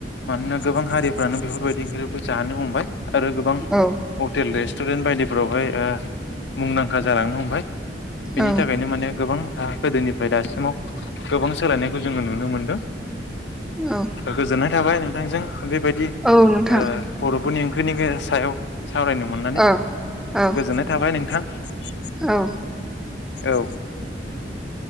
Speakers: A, on the left; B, in the centre.
A: मानोना गोबां हारिफ्रानो बेफोरबायदि ओंख्रिखो जानो हमबाय। आरो गोबां
B: औ
A: हटेल रेस्टुरेन्ट बायदि फोरावहाय ओ मुं <unintelligible> खा जालांनो हमबाय बेनि
B: औ
A: थाखायनो माने गोबां हा गोदोनिफ्राय दासिमाव गोबां सोलायनाय खो जोङो नुनो मोन्दो।
B: औ
A: गोजोननाय थाबाय नोंथांजों बेबायदि
B: औ नोंथां
A: ओ बर'फोरनि ओंख्रि बेनि <unintelligible> सायाव सावरायनो मोननानै
B: औ औ
A: गोजोननाय थाबाय नोंथां। <unintelligible>
B: औ
A: औ